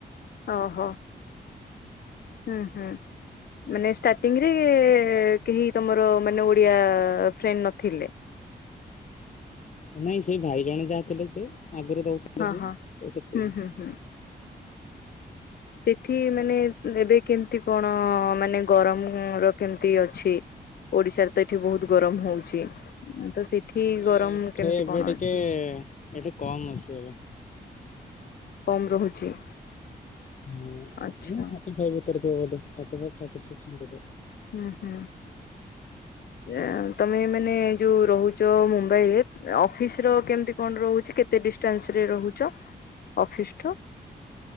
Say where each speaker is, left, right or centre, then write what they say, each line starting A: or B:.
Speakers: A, on the left (about 70°); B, on the left (about 50°).
A: ଓହୋ ହୁଁ ହୁଁ। ମାନେ ଷ୍ଟାର୍ଟିଂରେ କେହି ତମର ମାନେ ଓଡ଼ିଆ ଫ୍ରେଣ୍ଡ ନଥିଲେ।
B: ନାଇଁ ସେ ଭାଇ ଜଣେ ଯାହା ଥିଲେ ସେ ଆଗରୁ ରହୁଥିଲେ
A: ହଁ
B: ସେ
A: ହଁ
B: ସେଥିାଇଁ।
A: ହୁଁ ହୁଁ ହୁଁ। ସେଠି ମାନେ ଏବେ କେମିତି କଣ ମାନେ ଗରମ ର କେମିତି ଅଛି? ଓଡିଶାରେ ତ ଏଠି ବହୁତ ଗରମ ହଉଛି ତ ସେଠି
B: ମାନେ
A: ଗରମ
B: ଏଠି
A: କେମିତି
B: ଏବେ
A: କଣ
B: ଟିକେ
A: ଅଛି?
B: ଏଠି କମ ଅଛି ଏବେ।
A: କମ୍ ରହୁଛି?
B: ହଁ
A: ଆଚ୍ଛା
B: ଥାର୍ଟୀ ଫାଇବ ଭିତରେ ଥିବ ବୋଧେ ଥାର୍ଟି, ଥାର୍ଟୀ ପାଇବ ଥାର୍ଟୀ ସିକ୍ସ୍।
A: ହୁଁ ହୁଁ, ଯେ ତମେ ମାନେ ଯୋଉ ରହୁ ଛ ମୁମ୍ବାଇରେ ଅଫିସ ର କେମତି କଣ ରହୁଛି କେତେ ଡିଷ୍ଟାନ୍ସ ରେ ରହୁଛ? Office to.